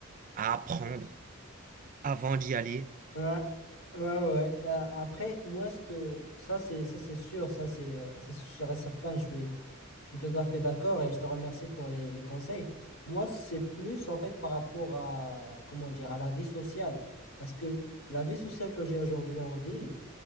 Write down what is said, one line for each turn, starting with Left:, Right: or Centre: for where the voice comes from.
Right: à apprendre avant d'y aller.
Left: Ouais, ouais, ouais. ouais. Euh, après, moi, ce que ça, c'est ça, c'est sûr, ça, c'est euh, ça, c'est sûr et certain. Je suis, je suis tout à fait d'accord et je te remercie pour les, les conseils. Moi, c'est plus en fait par rapport à comment dire à la vie sociale, parce que la vie sociale que j'ai aujourd'hui en ville